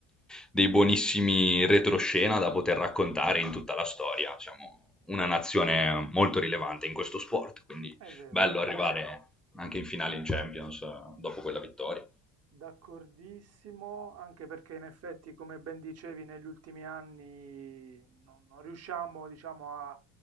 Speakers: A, in the centre; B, on the right.
A: dei buonissimi retroscena da poter raccontare in tutta la storia. Siamo una nazione molto rilevante in questo sport, quindi
B: è vero.
A: bello arrivare anche in finale in Champions eh, dopo quella vittoria.
B: D'accordissimo, anche perché in effetti, come ben dicevi, negli ultimi anni non, non riusciamo, diciamo, a-